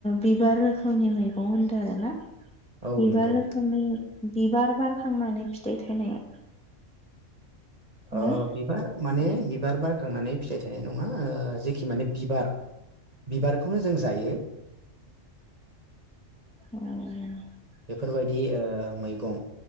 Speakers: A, in the centre; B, on the right (about 30°).
A: बिबार रोखोमनि मैगं होनदों आरो ना?
B: औ
A: बिबार
B: नंगौ
A: रोखोमनि बिबार बारखांनानै फि थाय थायनाया
B: ओ
A: ना
B: बिबार माने बि बार बारखांनानै फिथाइ थायनाय नङा। ओ जेखि माने बिबार। बिबारखौनो जों जायो।
A: अ'
B: बेफोरबायदि ओ मैगं।